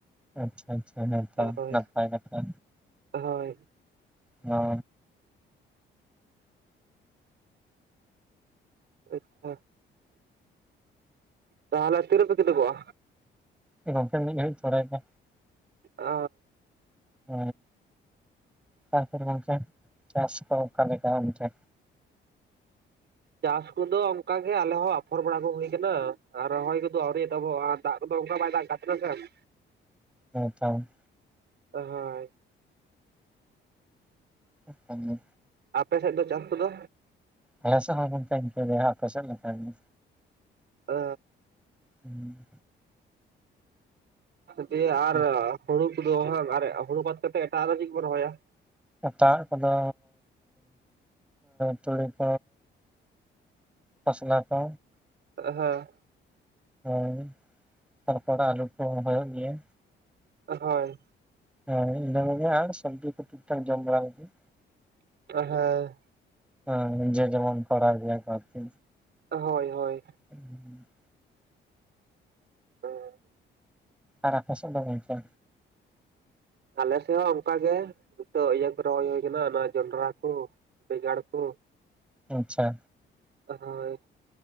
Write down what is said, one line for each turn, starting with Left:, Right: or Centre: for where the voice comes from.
Centre: ᱟᱪᱪᱷᱟ ᱟᱪᱪᱷᱟ ᱦᱮᱸᱛᱚ
Right: ᱦᱳᱭ᱾
Centre: ᱱᱟᱯᱟᱭ ᱠᱟᱛᱷᱟ
Right: ᱦᱳᱭ᱾
Centre: ᱦᱚ᱾
Right: ᱟᱪᱪᱷᱟ, ᱛᱟᱦᱞᱮ ᱛᱤᱨᱮᱯᱮ ᱠᱤᱫᱩᱜᱼᱟ?
Centre: ᱜᱚᱢᱠᱮ ᱢᱤᱫ ᱜᱷᱟᱹᱨᱤᱡ ᱯᱚᱨᱮ ᱜᱮ᱾
Right: ᱚ᱾
Centre: ᱦ ᱛᱟᱯᱚᱨ ᱜᱚᱝᱠᱮ ᱪᱟᱥ ᱠᱚ ᱚᱠᱟᱮ ᱞᱮᱠᱟ ᱚᱱᱛᱮ?
Right: ᱪᱟᱥ ᱠᱚᱫᱚ ᱚᱱᱠᱟᱜᱮ ᱟᱞᱮᱦ ᱟᱯᱷᱚᱨ ᱵᱟᱲᱟ ᱠᱚ ᱦᱩᱭᱩ ᱟᱠᱟᱱᱟ᱾ ᱟᱨ ᱨᱚᱦᱚᱭ ᱠᱚᱫᱚ ᱟᱹᱣᱨᱤ ᱮᱛᱟᱵᱚᱜᱼᱟ᱾ ᱫᱟᱜ ᱠᱚᱫᱚ ᱚᱱᱠᱟ ᱵᱟᱭ ᱫᱟᱜ ᱟᱠᱟᱛ ᱛᱟᱦᱮᱱᱟᱥᱮ ᱾
Centre: ᱦᱮ ᱪᱚᱝ
Right: ᱦᱳᱭ
Centre: ᱟ <unintelligible>
Right: ᱟᱯᱮ ᱥᱮᱫ ᱫᱚ ᱪᱟᱥ ᱠᱚᱫᱚ?
Centre: ᱟᱞᱮ ᱥᱮᱫ ᱦᱚᱸ ᱜᱚᱝᱠᱮ ᱤᱱᱠᱟᱹᱜᱮ ᱟᱯᱮᱥᱮᱫ ᱞᱮᱠᱟᱜᱮ᱾
Right: ᱚ
Centre: ᱦᱩᱸ
Right: ᱫᱤᱭᱮ ᱟᱨ
Centre: ᱜᱮ᱾
Right: ᱦᱩᱲᱩ <unintelligible> ᱟᱨ ᱦᱩᱲᱩ ᱵᱟᱫ ᱠᱟᱛᱮᱮᱫ ᱮᱴᱟᱜ ᱟᱨᱚ ᱪᱮᱫ ᱜᱮ ᱠᱚᱱ ᱨᱚᱦᱚᱭᱟ?
Centre: ᱮᱴᱟ-ᱟ ᱠᱚᱫᱚ ᱛᱩᱲᱤ ᱠ ᱠᱷᱚᱥᱞᱟ ᱠᱚ
Right: ᱦᱮᱸ
Centre: ᱦᱳᱭ ᱛᱟᱨᱯᱚᱨ ᱟᱹᱞᱩ ᱠᱚᱦᱚᱸ ᱨᱚᱦᱚᱭ-ᱚ ᱜᱮᱭᱟ᱾
Right: ᱦᱳᱭ
Centre: ᱦᱮᱸ ᱤᱱᱟᱹ ᱠᱚᱜᱮ ᱟᱨ ᱥᱚᱵᱽᱡᱤ ᱠᱚ ᱴᱤᱠᱴᱷᱟᱠ ᱡᱚᱢ ᱵᱟᱲᱟ ᱞᱟᱹᱜᱤᱫ
Right: ᱦᱮᱸ
Centre: ᱦᱮᱸ ᱡᱮ ᱡᱮᱢᱚᱱ ᱠᱚᱨᱟᱣ ᱜᱮᱭᱟ ᱠᱚ ᱟᱨᱠᱤ᱾
Right: ᱦᱳᱭ ᱦᱳᱭ
Centre: <inaudible>
Right: <unintelligible>
Centre: ᱟᱨ ᱟᱯᱮ ᱥᱮᱫ ᱫᱚ ᱜᱚᱝᱠᱮ?
Right: ᱟᱞᱮ ᱥᱮᱫ ᱦᱚᱸ ᱚᱱᱠᱟ ᱜᱮ ᱡᱚᱛᱚ ᱤᱭᱟᱹ ᱠᱚ ᱨᱚᱦᱚᱭ ᱦᱩᱭ ᱠᱟᱱᱟ ᱱᱚᱣᱟ ᱡᱚᱸᱱᱰᱨᱟ ᱠᱚ ᱵᱮᱸᱜᱟᱲ ᱠᱚ
Centre: ᱟᱪᱪᱷᱟ
Right: ᱦᱳᱭ